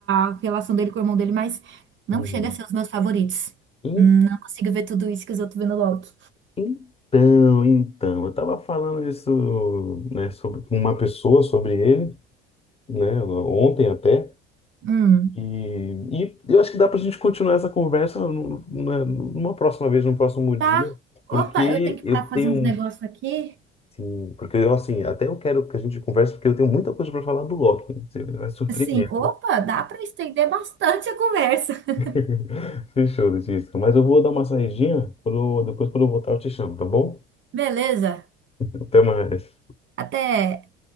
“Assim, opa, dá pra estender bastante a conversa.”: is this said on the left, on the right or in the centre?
Right